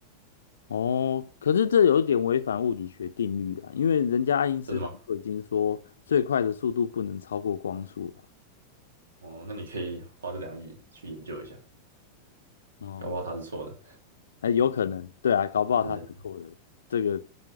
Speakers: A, on the left; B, on the right.
A: 哦，可是这有一点违反物理学定律啊，因为人家爱因斯坦都已经说最快的速度不能超过光速了。
B: 真的吗？哦，那你可以花这两亿去研究一下，
A: 哦，
B: 搞不好他是错的，
A: 哎，有可能，对啊，搞不好他是错的，
B: <laughs> 真的。
A: 这个